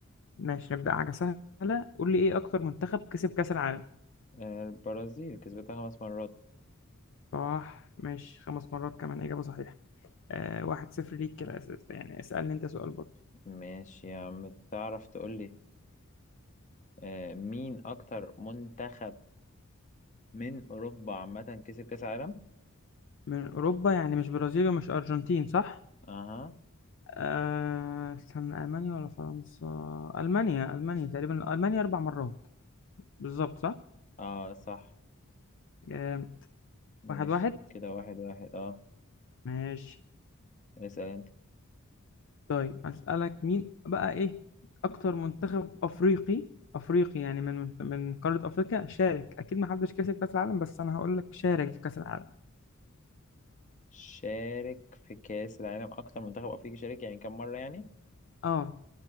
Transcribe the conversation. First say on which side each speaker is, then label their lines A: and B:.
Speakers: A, on the left; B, on the left.
A: ماشي نبدأ حاجة سهلة قول لي ايه اكتر منتخب كسب كأس العالم
B: آه، البرازيل كسبتها خمس مرات
A: صح ماشي خمس مرات كمان إجابة صحيحة أه واحد صفر ليك كده أسئلة يعني اسألني انت سؤال برضو
B: ماشي يا عم تعرف تقول لي آه مين اكتر منتخب من اوروبا عامه كسب كاس عالم
A: من أوروبا يعني مش برازيل ومش أرجنتين صح؟
B: اها
A: آه، استنى ألمانيا ولا فرنسا؟ ألمانيا ألمانيا تقريبا ألمانيا أربع مرات بالظبط صح؟
B: اه صح
A: آه،
B: ماشي
A: واحد واحد
B: كده واحد واحد اه
A: ماشي
B: اسال انت
A: طيب أسألك مين بقى إيه أكتر منتخب أفريقي أفريقي يعني من من قارة أفريقيا شارك أكيد ما حدش كسب كأس العالم بس أنا هقول لك شارك في كأس العالم
B: شارك في كأس العالم أكتر منتخب أفريقي شارك يعني كم مرة يعني
A: آه